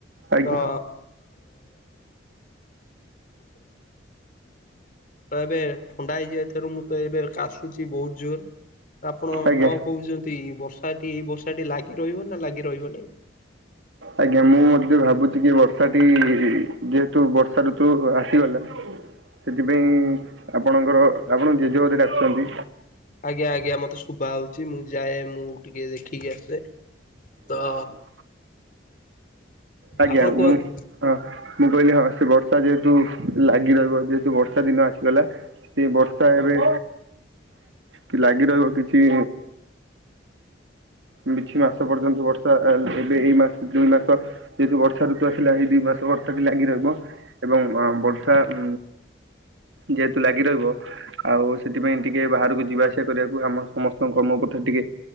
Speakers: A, on the right; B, on the left.
A: ଆଜ୍ଞା
B: ତ ତ ଏବେ ଥଣ୍ଡା ହେଇଯାଇଥିରୁ ମୁଁ ତ ଏବେ କାଶୁଚି ବହୁ ଜୋର୍। ତ ଆପଣ
A: ଆଜ୍ଞା
B: କଣ କହୁଚନ୍ତି ବର୍ଷାଟି ଏଇ ବର୍ଷାଟି ଲାଗି ରହିବ ନା ଲାଗି ରହିବନେଇ?
A: ଆଜ୍ଞା, ମୁଁ ମଧ୍ୟ ଭାବୁଚି କି ବର୍ଷାଟି ଯେହେତୁ ବର୍ଷା ଋତୁ ଆସିଗଲା। ସେଥିପାଇଁ ଆପଣଙ୍କର ଆପଣ ଜେଜେ ବୋଧେ ଡାକୁଛନ୍ତି
B: ଆଜ୍ଞା ଆଜ୍ଞା ମତେ ଶୁଭାଯାଉଚି ମୁଁ ଯାଏ ମୁଁ ଟିକେ ଦେଖିକି ଆସେ। ତ
A: ଆଜ୍ଞା ଆଜ୍ଞା
B: ଆପଣ କୁହନ୍ତୁ
A: ମୁୁ ହଁ ମୁଁ କଇଲି ହଁ ସେ ବର୍ଷା ଯେହେତୁ ଲାଗି ରହିବ ଯେହେତୁ ବର୍ଷା ଦିନ ଆସିଗଲା। ସେ ବର୍ଷା ଏବେ କି ଲାଗି ରହିବ କିଛି <unintelligible> ମାସ ପର୍ଯ୍ୟନ୍ତ ବର୍ଷା ଆକା ଏବେ ଏଇ ମାସ ଦୁଇ ମାସ ଯେହେତୁ ବର୍ଷା ଋତୁ ଆସିଲାଣି ଏଇ ଦୁଇ ମାସ ବର୍ଷା ଟି ଲାଗି ରହିବ। ଏବଂ ଗ ବର୍ଷା ଉ ଯେହେତୁ ଲାଗି ରହିବ ଆଉ ସେଥିପାଇଁ ଟିକେ ବାହାରକୁ ଯିବା ଆସିବା କରିଆକୁ ଆମ ସମସ୍ତଙ୍କ କର୍ମ ପଥରେ ଟିକେ